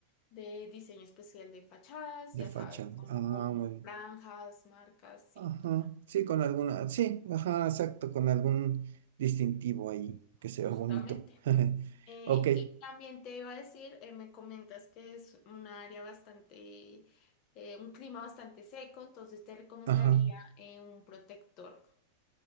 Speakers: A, on the left; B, on the right.
A: de diseño especial de fachadas,
B: de
A: ya
B: fachada.
A: sabes, como
B: Ah,
A: con
B: muy bien.
A: franjas, marcas, sí,
B: Ajá,
A: total.
B: sí, con alguna, sí, ajá, exacto, con algún distintivo ahí que se
A: Justamente.
B: vea bonito. <laughs>
A: Eh,
B: Ok,
A: y también te iba a decir, eh, me comentas que es una área bastante, eh, un clima bastante seco, entonces te recomendaría
B: ajá,
A: eh, un protector,